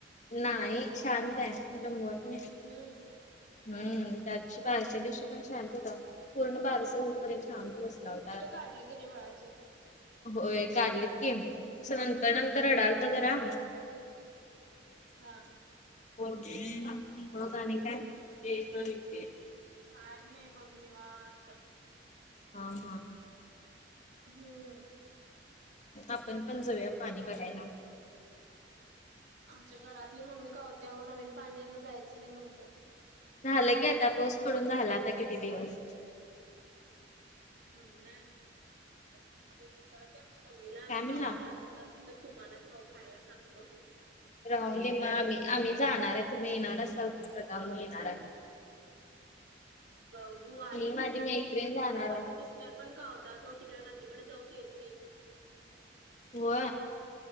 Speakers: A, on the left; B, on the right.
A: नाही ह शांत आहे बत नाही
B: हम्म
A: हम्म
B: हा हा
A: त्याशी बाारच्या दिवशी पण ल होता पूर्ण बारश होपर्यंत शांत बसला होता
B: काढले कने वळाचे
A: होय काढलीतम
B: हम्म.
A: तरणंतरा डालतातरा
B: हा
A: हो म का ते
B: काय नाही बघ निवनत
A: हा हा
B: हम्म
A: आपण पण जाऊया पाणी भरायला.
B: आमच्या घरातली मम्मी कावत्या नवीन पाण्याला जायचं नाही म्हणत.
A: झालं की आता पाऊस पडून झाला आता किती दिवस.
B: हो काय बरं ठीक आहे विचारते तु मला
A: काय म्हणला?
B: कावखाना. तर तुम्हाला खा खायला सांगतो.
A: राहून दे मग आम्ही आम्ही जाणार आहे तुम्ही येणार असाल तसं का म येणार आ.
B: बघू आले
A: ही माझी
B: तर येते
A: मैत्रीण जाणार
B: माझा
A: आहे.
B: मिस्टर पण खावं होता तो तिकड नादीकडे जाऊ द येत. नीट
A: हो